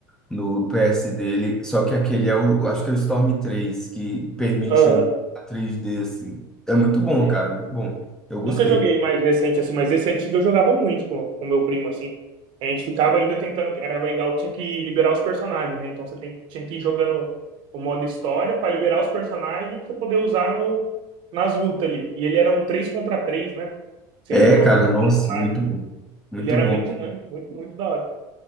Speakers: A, in the centre; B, on the right.
A: no PS dele, só que aquele é o, acho que é o Storm três que permite
B: Aham.
A: o três d assim. É muito bom,
B: É,
A: cara, muito bom. Eu gostei.
B: Nunca joguei mais recente, assim, mas esse antigo eu jogava muito com o meu primo, assim. A gente ficava ainda tentando, era legal que tinha que liberar os personagens, né? Então você tem- tinha que ir jogando o modo história pra liberar os personagens pra você poder usar no, nas lutas ali. E ele era um 3 contra 3, né? Você
A: É,
B: ia trocando
A: cara, nossa,
B: personagem.
A: muito bom. Muito
B: Ele era
A: bom.
B: bem dinâmico, muito, muito da hora.